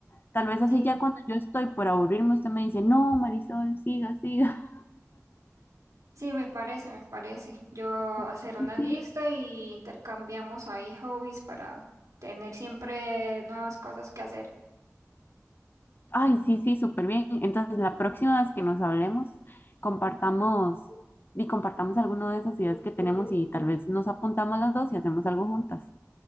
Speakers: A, on the left; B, on the right.
A: Tal vez así
B: Sí,
A: ya cuando yo estoy por aburrirme, usted me dice, no, Marisol, siga, siga.
B: sí, me parece, me parece. Yo hacer
A: <laughs>
B: una
A: sí
B: lista
A: sí.
B: y intercambiamos ahí hobbies para tener siempre nuevas cosas que hacer.
A: Ay, sí, sí, súper bien. Entonces, la próxima vez que nos hablemos, compartamos y compartamos alguna de esas ideas que tenemos y tal vez nos apuntamos las dos y hacemos algo juntas.